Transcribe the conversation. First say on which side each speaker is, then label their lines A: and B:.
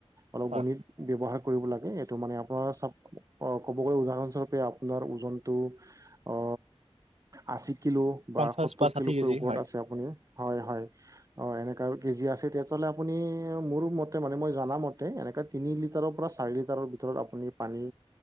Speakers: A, on the right; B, on the right.
A: অলপ
B: হয়
A: গণিত ব্যৱহাৰ কৰিব লাগে। এইটো মানে আপোনাৰ ক'ব গলে উদাহৰণস্বৰূপে আপোনাৰ ওজনটো অ, আশী কিলো
B: পঞ্চাছ
A: বা সত্তৰ
B: ষাঠি
A: কিলোগছকৈ
B: কেজি
A: ওপৰত
B: হয়
A: আছে আপুনি। হয়-হয় অ, এনেকা কেজি আছে। তেতিয়াহ'লে আপুনি মোৰো মতে মানে মই জনা মতে এনেকে তিনি লিটাৰৰ পৰা চাৰি লিটাৰৰ ভিতৰত আপুনি পানী